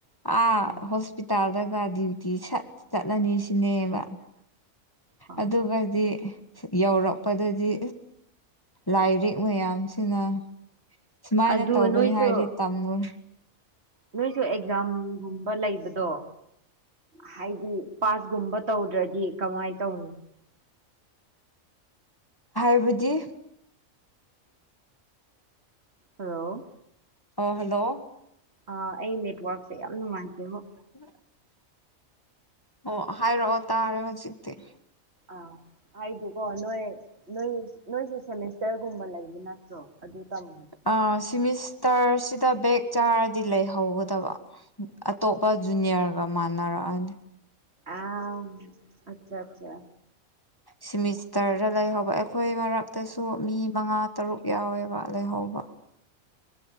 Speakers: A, on the left; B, on the right.
A: ꯑ
B: ꯎꯝ
A: ꯍꯣꯁꯄꯤꯇꯥꯜ ꯆꯠꯂꯒ ꯗ꯭ꯌꯨꯇꯤ ꯆꯠꯂꯅꯤ ꯁꯤꯅꯦꯕ
B: ꯑꯣ
A: ꯑꯗꯨꯒꯗꯤ ꯌꯧꯔꯛꯄꯗꯗꯤ ꯂꯥꯏꯔꯤꯛ ꯃꯌꯥꯝ ꯁꯤꯅ ꯁꯨꯃꯥꯏꯅ
B: ꯑꯗꯨ
A: ꯇꯧꯒꯅꯤ
B: ꯅꯣꯏꯁꯨ
A: ꯍꯥꯏꯗꯤ ꯇꯝꯃꯣꯏ
B: ꯅꯣꯏꯁꯨ ꯑꯦꯛꯖꯥꯝꯒꯨꯝꯕ ꯂꯩꯕꯗꯣ ꯍꯥꯏꯗꯤ ꯄꯥꯁꯒꯨꯝꯕ ꯇꯧꯗ꯭ꯔꯗꯤ ꯀꯃꯥꯏ ꯇꯧꯅꯤ
A: ꯍꯥꯏꯕꯗꯤ
B: ꯍꯜꯂꯣ
A: ꯑ ꯍꯜꯂꯣ
B: ꯑ ꯑꯩ ꯅꯦꯠꯋꯔꯛꯁꯦ ꯌꯥꯝ ꯅꯨꯡꯉꯥꯏꯇꯦ ꯕꯣ
A: <unintelligible> <inaudible> ꯑꯣ ꯍꯥꯏꯔꯛꯑꯣ ꯇꯥꯔꯦ ꯍꯣꯖꯤꯛꯇꯤ
B: ꯑꯥ ꯍꯥꯏꯗꯤꯀꯣ ꯅꯣꯏ ꯅꯣꯏ ꯅꯣꯏꯁꯦ ꯁꯦꯃꯦꯁꯇꯔꯒꯨꯝꯕ ꯂꯩꯕ ꯅꯠꯇ꯭ꯔꯣ ꯑꯗꯨ ꯇꯝ
A: ꯑꯥ ꯁꯤꯃꯤꯁꯇꯔꯁꯤꯗ ꯚꯦꯛ ꯆꯥꯔꯗꯤ ꯂꯩꯍꯧꯒꯗꯕ ꯑꯇꯣꯞꯄ ꯖꯨꯅꯤꯌꯔꯒ ꯃꯥꯟꯅꯔꯛꯑꯅꯤ
B: ꯑꯥꯝ ꯑꯆꯥ ꯆꯥ
A: ꯁꯤꯃꯤꯁꯇꯔꯗ ꯂꯩꯍꯧꯕ ꯑꯩꯈꯣꯏ ꯃꯔꯛꯇꯁꯨ ꯃꯤ ꯃꯉꯥ ꯇꯔꯨꯛ ꯌꯥꯎꯋꯦꯕ ꯂꯩꯍꯧꯕ